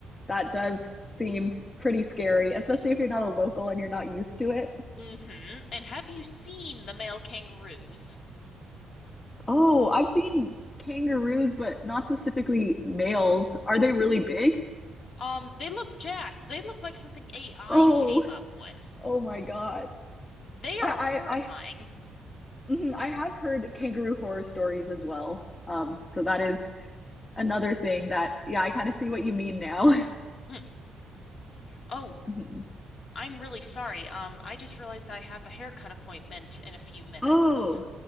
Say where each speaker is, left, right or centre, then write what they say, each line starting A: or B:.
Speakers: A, on the left (about 30°); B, on the left (about 55°).
A: that does seem pretty scary, especially if you're not a local and you're not used to it.
B: Mm-hmm. And have you seen the male kangaroos?
A: Oh, I've seen kangaroos, but not specifically males. Are they really big?
B: Um, they look jacked. They look like something AI
A: Oh,
B: came up with.
A: oh my God.
B: They are
A: I
B: horrifying.
A: I I, mhm, I have heard kangaroo horror stories as well. Um, so that is another thing that yeah, I kind of see what you mean now. <laughs>
B: Hm. Oh,
A: Mhm.
B: I'm really sorry. Um, I just realized I have a haircut appointment in a few minutes.
A: oh,